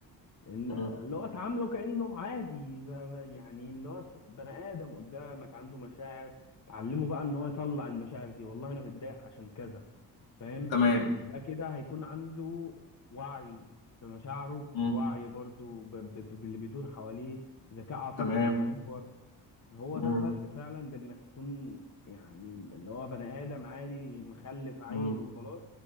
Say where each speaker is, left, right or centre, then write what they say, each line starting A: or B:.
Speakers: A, on the left (about 40°); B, on the left (about 75°).
A: ان
B: مم.
A: اللي هو اتعامله كانه عادي ب- ب- يعني اللي هو ت- بني ادم قدامك عنده مشاعر تعلمه بقى ان هو يطلع المشاعر دي والله انا متضايق عشان كذا فاهم
B: تمام
A: ده كده هيكون عنده وعي بمشاعره
B: مم.
A: وعي برضو ب- ب- ب- باللي بيدور حواليه ذكاء عاطفي
B: تمام
A: لما يكبر هو
B: مم.
A: ده الفرق فعلا بين انك تكون يعني اللي هو بني ادم عادي مخلف عيل
B: مم.
A: وخلاص